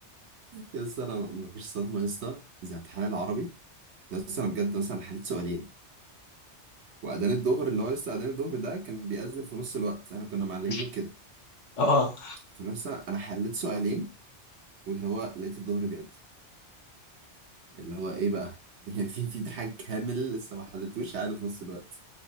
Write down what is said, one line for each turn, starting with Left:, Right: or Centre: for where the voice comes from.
Right: يس انا ما فيش صدمة يا اسطى زي امتحان العربي بس انا بجد مثلا حليت سؤالين واذان الظهر اللي هو لسه اذان الظهر ده كان بيأذن في نص الوقت احنا كنا معلمينه
Left: <laughs>
Right: كده
Left: اه آه.
Right: فلسه انا حليت سؤالين واللي هو لقيت الظهر بيأذن اللي هو ايه بقى <laughs> يعني في في امتحان كامل لسه ما حلتوش عقله في نص الوقت